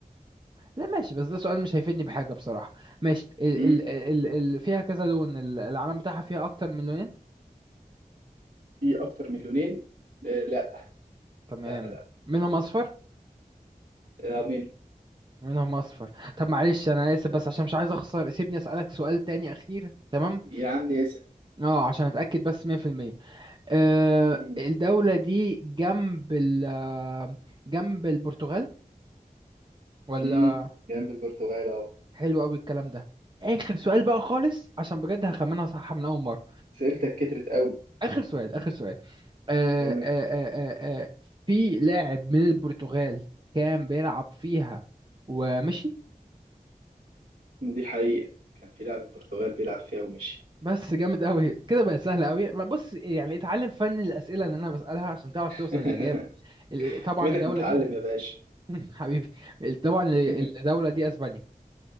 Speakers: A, on the right (about 30°); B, on the right (about 75°).
A: لا ماشي بس ده سؤال مش هيفيدني بحاجة بصراحة ماشي ال
B: مم.
A: ال ال ال فيها كذا لون ال- العلم بتاعها فيها أكتر من لونين
B: في اكتر من لونين آه، لا
A: تمام
B: لا لا
A: منهم أصفر
B: آه، مين
A: منهم اصفر طب معلش انا اسف بس عشان مش عايز اخسر سيبني اسالك سؤال تاني اخير تمام
B: يا عم اسال
A: اه عشان اتاكد بس 100% أه
B: مم.
A: الدوله دي جنب ال آه، جنب البرتغال ولا
B: مم. جنب البرتغال اهو
A: حلو قوي الكلام ده اخر سؤال بقى خالص عشان بجد هخمنها صح من اول مره
B: سئلتك كترت قوي
A: اخر سؤال اخر سؤال أه
B: مم.
A: أه أه أه آه، في لاعب من البرتغال كان بيلعب فيها ومشي
B: دي حقيقة كان في لاعب من البرتغال بيلعب فيها ومشي
A: بس جامد قوي كده بقت سهله قوي ما بص يعني اتعلم فن الاسئله اللي انا بسالها عشان تعرف توصل
B: <laughs>
A: للاجابه ال- طبعا
B: منك
A: الدوله
B: متعلم
A: دي
B: يا باشا
A: <laughs> حبيبي طبعا ال-
B: <laughs>
A: الدوله دي اسبانيا